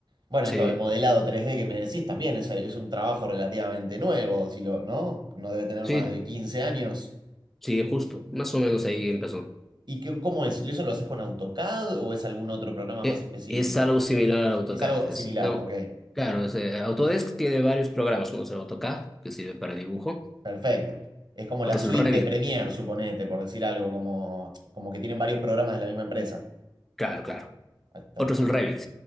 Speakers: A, on the right (about 55°); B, in the centre.
A: Bueno,
B: Sí,
A: esto de modelado 3D que me decís también es, es un trabajo relativamente nuevo, si lo, ¿no? No debe tener
B: sí,
A: más de 15 años.
B: sí, justo, más o menos ahí empezó.
A: ¿Y qué, cómo es? ¿Eso lo haces con AutoCAD o es algún otro programa
B: Que
A: más específico?
B: Es algo similar al AutoCAD.
A: Es algo similar,
B: es, digamos,
A: ok.
B: claro, es, eh, Autodesk tiene varios programas, uno es el AutoCAD, que sirve para dibujo,
A: Perfecto. Es como
B: otro
A: la suite
B: es el Revit,
A: de Premiere, suponete, por decir algo, como, como que tienen varios programas de la misma empresa.
B: claro, claro,
A: Ah, está
B: otro
A: Perfecto.
B: es el Revit,